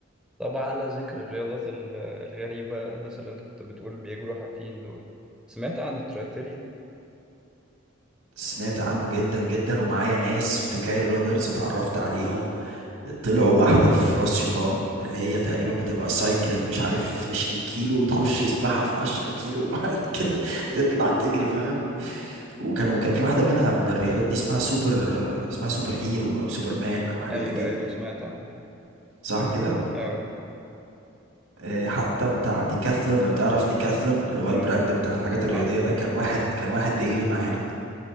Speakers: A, in the centre; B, on the right.
A: طب على ذكر الرياضات ال- الغريبة الناس اللي انت كنت بتقول بيجروا حافيين دول سمعت عن الترايثلين
B: سمعت عنه جدا جدا ومعايا ناس في كاير رانرز اتعرفت عليهم طلعوا واحدة في راس شيطان اللي هي تقريبا بتبقى سايكلينج مش عارف 20 كيلو وتخش سباحة في 10 كيلو <laughs> وبعد كده تطلع تجري فاهم وكان وكان في واحدة منها من الرياضات دي اسمها سوبر آه، اسمها سوبر هيرو او سوبر مان او حاجة
A: ايوه
B: زي كده
A: ايوه سمعت عن
B: صح كده
A: اه
B: آه، حتى بتاع ديكاثلون لو تعرف ديكاثلون اللي هو
A: اه
B: البراند بتاع الحاجات الرياضية
A: عارف
B: ده
A: عارف.
B: كان واحد كان واحد بيجري معانا